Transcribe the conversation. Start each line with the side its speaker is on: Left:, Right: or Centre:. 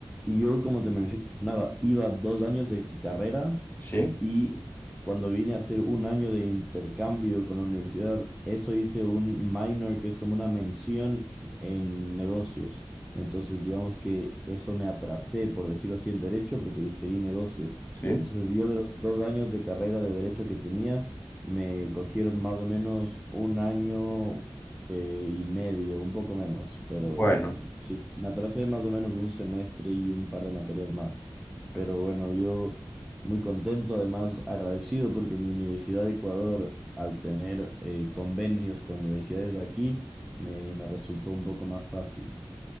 Centre: y yo, como te mencionaba, iba dos años de carrera
Left: ¿Sí?
Centre: y cuando vine a hacer un año de intercambio con la universidad, eso hice un minor que es como una mención en negocios. Entonces, digamos que eso me atrasé, por decirlo así, en derecho, porque seguí negocios.
Left: ¿Sí?
Centre: Entonces, yo de los dos años de carrera de derecho que tenía, me cogieron más o menos un año eh, y medio, un poco menos, pero
Left: Bueno.
Centre: sí, me atrasé más o menos un semestre y un par de materias más. Pero bueno, yo... Muy contento, además agradecido porque mi Universidad de Ecuador, al tener eh, convenios con universidades de aquí, me, me resultó un poco más fácil.